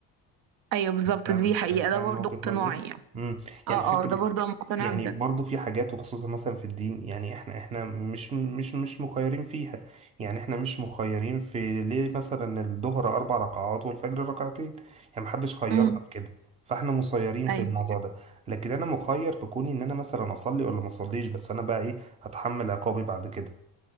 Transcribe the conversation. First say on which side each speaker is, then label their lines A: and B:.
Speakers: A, on the right (about 85°); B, on the right (about 20°).
A: أيوه بالظبط
B: فاهم
A: دي حقيقة ده
B: فاهم
A: برضو
B: وجهة
A: اقتناعي
B: نظر
A: يعني
B: امم
A: اه
B: يعني فكرة
A: اه ده برضو أنا مقتنعة
B: يعني
A: بده
B: برضو في حاجات وخصوصا مثلا في الدين يعني احنا احنا مش مش مش مخيرين فيها يعني احنا مش مخيرين في ليه مثلا الظهر اربع ركعات والفجر ركعتين يعني محدش خيرنا
A: امم
B: في كده فاحنا مسيرين
A: أيوه
B: في الموضوع ده لكن انا مخير في كوني ان انا مثلا اصلي ولا ما اصليش بس انا بقى ايه هتحمل عقابي بعد كده